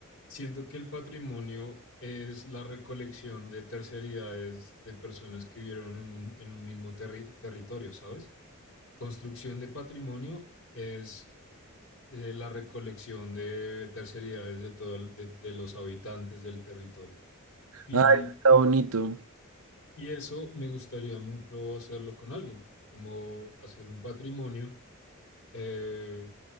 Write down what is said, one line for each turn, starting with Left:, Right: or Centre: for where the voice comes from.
Left: siento que el patrimonio es la recolección de terceridades de personas que vivieron en un, en un mismo terri- territorio, ¿sabes? Construcción de patrimonio es eh, la recolección de terceridades de, todo el- de, de los habitantes del territorio. Y,
Right: Ay, está bonito.
Left: y eso me gustaría mucho hacerlo con alguien, como hacer un patrimonio. Eh,